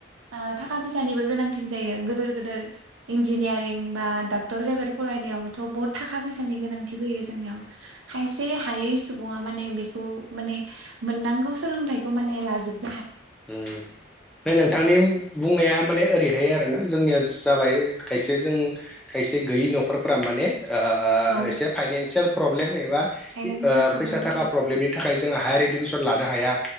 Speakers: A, on the right (about 75°); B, in the centre.
A: ओ थाखा फैसानिबो गोनांथि जायो गोेदोर गो दोर इन्जिनियारिं बा डाक्टर लेबेल फरायनायाव थ' बहुद थाखा फैसानि गोनांथि फैयो
B: उम
A: जोंनियाव।
B: उम
A: खायसे हायै सुबुङा माने बेखौ माने मोननांगौ सोलोंथाइखौ माने लाजोब
B: ओ ओमफाय नोंथांनि बुंनाया माने ओरैहाय आरो ना जोंनिया जाबाय खायसे जों खायसे गैयि न'खरफोरा माने ओ एसे
A: औ
B: फाइनान्सियेल प्रब्लेम एबा ओ
A: फाइनानसियेल प्रब्लेम
B: फैसा थाखा
A: जायो
B: प्रब्लेमनि थाखाय जोङो हायेर इडुकेसन लानो हाया